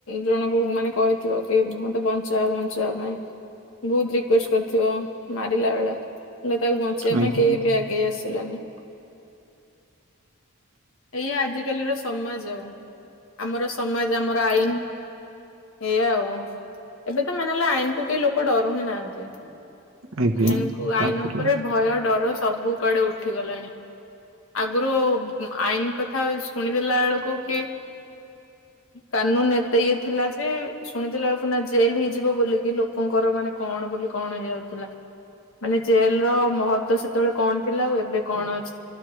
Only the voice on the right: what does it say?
ଆଜ୍ଞା
ଆଜ୍ଞା
ତାପରେ